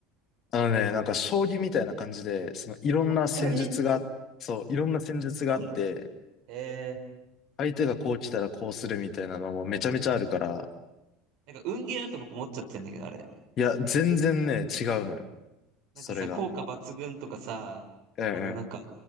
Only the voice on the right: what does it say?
本当に
そうなのへえ、
なんか運ゲーだと僕思っちゃってんだけど、あれ。
なんかさ、
効果抜群とかさ、
あの、なんか、